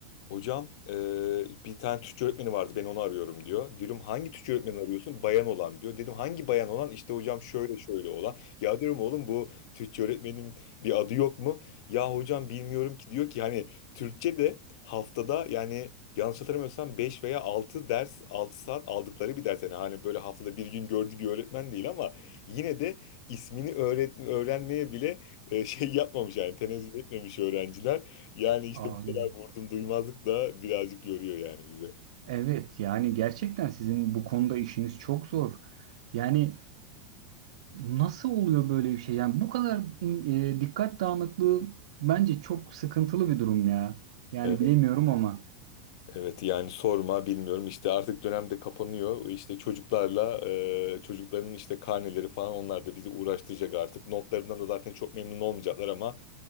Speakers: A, on the left (about 45°); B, on the right (about 60°).
A: Hocam e, bir tane Türkçe öğretmeni vardı ben onu arıyorum diyor. Diyorum hangi Türkçe öğretmeni arıyorsun? Bayan olan diyor. Dedim hangi bayan olan? İşte hocam şöyle şöyle olan. Ya diyorum oğlum bu Türkçe öğretmenin bir adı yok mu? Ya hocam bilmiyorum ki diyor ki hani Türkçe de Haftada yani yanlış hatırlamıyorsam 5 veya 6 ders 6 saat aldıkları bir ders yani hani böyle haftada bir gün gördüğü bir öğretmen değil ama yine de ismini öğret öğrenmeye bile e, <laughs> şey yapmamış yani tenezzül etmemiş öğrenciler. Yani işte
B: abi.
A: bu kadar vurdum duymazlık da birazcık yoruyor yani bize.
B: Evet yani gerçekten sizin bu konuda işiniz çok zor. Yani nasıl oluyor böyle bir şey? Yani bu kadar in- e, dikkat dağınıklığı bence çok sıkıntılı bir durum ya. Yani
A: Evet,
B: bilemiyorum ama
A: evet yani sorma bilmiyorum işte artık dönemde kapanıyor işte çocuklarla e, çocukların işte karneleri falan onlar da bizi uğraştıracak artık notlarından da zaten çok memnun olmayacaklar ama